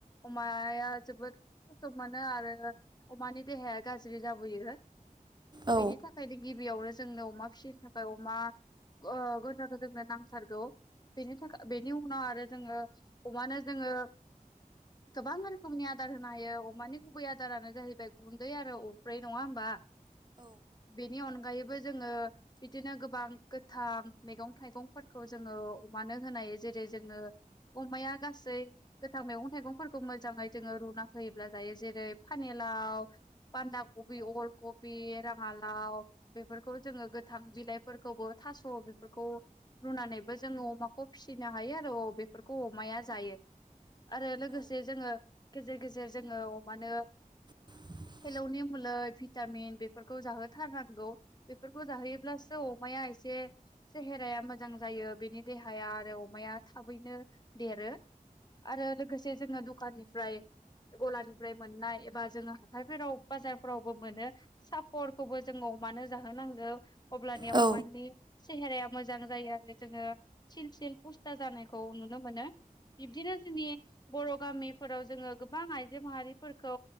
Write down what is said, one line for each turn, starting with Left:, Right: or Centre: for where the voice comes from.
Left: अमाया जोबोद थ मोनो आरो अमानि देहाया गाज्रि जाबोय।
Right: औ
Left: बेनि थाखायनो गिबियावनो जोंनो अमा फिसिनो थाखाय अमा गन्द्राखौ जोंनो नांथारगौ बेनि थाखाय बेनि उनाव आरो जोङो अमानो जोङो गोबां रोखोमनि आदार होनो हायो अमानि गुबै आदारानो जाहैबाय गुन्दै आरो अब्रै नङा होमबा। बेनि अन अनगायैबो जोङो बिदिनो गोबां गोथां मैगं थाइगंफोरखौ जोङो अमानो होनाय जेरै जोङो अमाया गासै गोथां मैगं थाइगंफोरखौ मोजाङै जोङो रुना होयोब्ला ज ायो जेरै फानेलाव बान्दा कबि अल कबि राङाालाव बेफोरखौ जोङो गोथां बिलाइफोरखौबो थास' बेफोरखौ रुनानैबो जोङो अमाखौ फिसिनो हायो आरो औ बेफोरखौ अमाया जायो आरो लोगोसे जोङो गेजेर गेजेर जोङो अमानो
Right: <inaudible>
Left: हेलौनि मलै भिटामिन बेफोरखौ जाहोथारनांगौ बेफोरखौ जाहोयोब्लासो अमाया एसे सेहेराया मोजां जायो बेनि देहाया आरो अमाया थाबैनो देरो आरो लोगोसे जोङो दखाननिफ्राय गलानिफ्राय मोननाय एबा जोङो हाथायफोराव बाजारफोरावबो मोनो सापर्टखौबो जोङो अमानो जाहोनांगौ अब्लानि
Right: औ
Left: अमानिानि सेहेराया मोजां जायो आरो जोङो सिन सिन था जानायखौ नुनो मोनो बिब्दिनो जोंनि बर' गामिफोराव जोङो गोबां आइजो माहारिफोरखौ